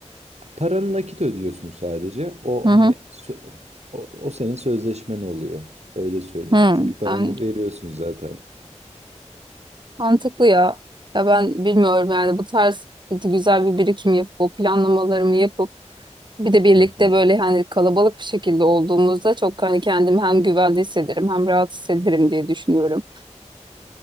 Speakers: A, on the right (about 65°); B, on the right (about 40°).
A: Paranı nakit ödüyorsun sadece. O
B: Hı
A: hani
B: hı.
A: sö- o, o senin sözleşmen oluyor. Öyle söyleyeyim.
B: Hı.
A: Çünkü paranı
B: Yani
A: veriyorsun zaten.
B: mantıklı ya. Ya ben bilmiyorum yani bu tarz güzel bir birikim yapıp o planlamalarımı yapıp bir de birlikte
A: Hı hı.
B: böyle hani kalabalık bir şekilde olduğumuzda çok hani kendimi hem güvende hissederim hem rahat hissederim diye düşünüyorum.